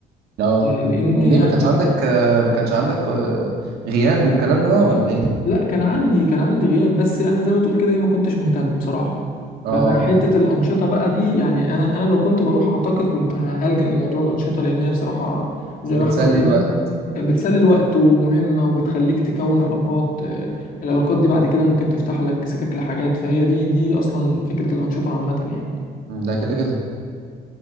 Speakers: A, on the right; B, on the left.
A: اه
B: لأن
A: ليه
B: يعني
A: ما كانش
B: ما
A: عندك
B: كان-
A: آه، ما كانش عندك آه، غياب والكلام ده بقى ولا ايه
B: لا كان عندي كان عندي غياب بس يعني زي ما تقول كده ايه ما كنتش مهتم بصراحة
A: اه
B: فحتة الأنشطة بقى دي يعني أنا أنا لو كنت بروح أعتقد كنت هلجأ لموضوع الأنشطة لأن هي بصراحة زي
A: بتسلي
B: ما احنا قلنا
A: الوقت
B: بتسلي الوقت ومهمة وبتخليك تكون علاقات آه، العلاقات دي بعد
A: مم.
B: كده ممكن تفتح لك سكك لحاجات فهي دي دي أصلا فكرة الأنشطة عامة يعني
A: ده كده كده